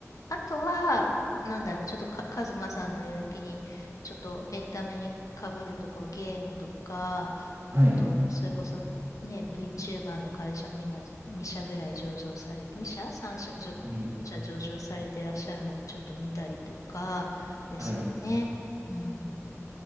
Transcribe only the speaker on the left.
あとは、なんだろう、ちょっとか、カズマさんの領域に、ちょっとエンタメにかぶるところ、ゲームとか、
あと、それこそ、ね、VTuber の会社も今、2社ぐらい上場され、2社 ?3 社、じょ1社上場されてらっしゃるのをちょっと見たりとか、
ですかね。
うん、